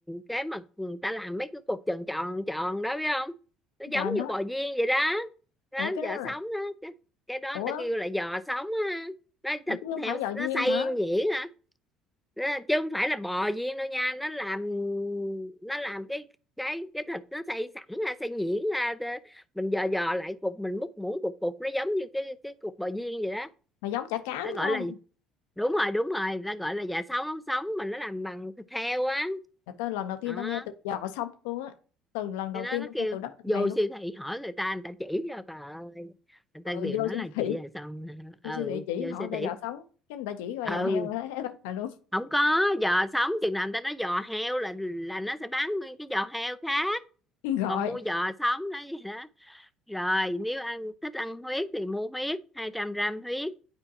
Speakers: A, in the centre; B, on the left.
A: cái mà người ta làm mấy cái cục tròn tròn tròn đó biết không nó giống
B: trời nó
A: như bò viên vậy đó đó
B: ủa cái
A: giò
B: đó là
A: sống đó cái, cái đó
B: ủa
A: người ta kêu là giò sống á nó
B: ủa
A: thịt
B: chứ không phải
A: heo
B: giò
A: nó
B: viên
A: xay
B: hả
A: nhuyễn hả Đó, chứ không phải là bò viên đâu nha nó làm nó làm cái cái cái thịt nó xay sẵn ra xay nhuyễn ra mình dò dò lại cục mình múc muỗng cục cục nó giống như cái cái cục bò viên vậy đó
B: mà giống chả cá
A: ta gọi
B: đúng không
A: là đúng rồi đúng rồi người ta gọi là dạ sống ống sống mà nó làm bằng thịt heo á
B: là tao lần đầu tiên
A: đó
B: tao nghe từ giò sống luôn á từ lần đầu
A: cái đó
B: tiên
A: nó
B: tao
A: kêu
B: nghe từ đất từ
A: vô
B: mày luôn
A: siêu
B: á
A: thị hỏi người ta người ta chỉ cho bà ơi người
B: ừ
A: ta đều
B: vô
A: nói
B: siêu
A: là
B: thị
A: chị già sống
B: vô
A: ừ
B: siêu thị chỉ
A: vô
B: hỏi
A: siêu
B: người
A: thị
B: ta giò sống cái người ta chỉ qua
A: ừ
B: giò heo thế bà luôn
A: không có giò sống chừng nào người ta nói giò heo là là nó sẽ bán nguyên cái giò heo khác
B: <laughs> gọi
A: còn mua giò sống đó vậy đó rồi nếu ăn thích ăn huyết thì mua huyết 200 gram huyết